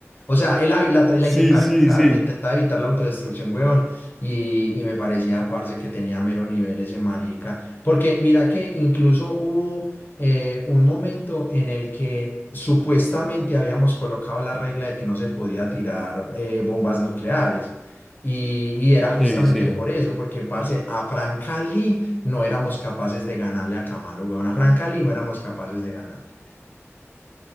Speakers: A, on the left; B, in the centre.
A: O sea, él la, la tra- la
B: Sí,
A: intentaba
B: sí,
A: evitar,
B: sí.
A: eh, intentaba evitar la autodestrucción, huevón. Y, y me parecía, parce, que tenía mero nivel ese marica. Porque mira que incluso hubo eh, un momento en el que supuestamente habíamos colocado la regla de que no se podía tirar eh, bombas nucleares. Y, y era
B: Sí,
A: justamente
B: sí.
A: por eso, porque, parce, a Francali no éramos capaces de ganarle a Camalo, huevón. A Francali no éramos capaces de ganarle.